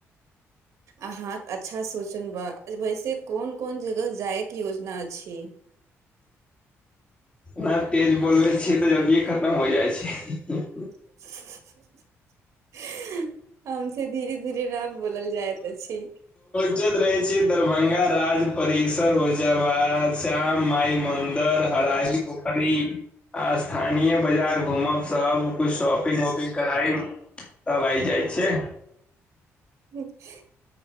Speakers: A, on the right; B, on the left.
A: अहाँ अच्छा सोचन बा वैसे कोन कोन जगह जायके योजना अछि
B: नहि तेज बोलबै छियै तऽ जल्दीए खतम हो जाइ छै
A: <unintelligible> हम से धीरे धीरे न बोलल जाइत अछि
B: उजद रहे छी दरभंगा राज परिसर होजाबाद श्याम माई मंदिर इधर हराही पोखरी आ स्थानीय बाजार घूमब सब कूछ शॉपिंग वॉपिंग कराइ तब आइ जाइ छिय
A: ह <inaudible>